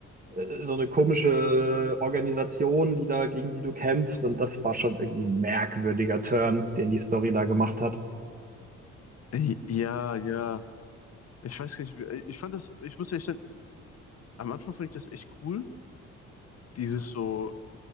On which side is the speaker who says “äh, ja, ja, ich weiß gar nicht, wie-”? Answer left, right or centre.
Left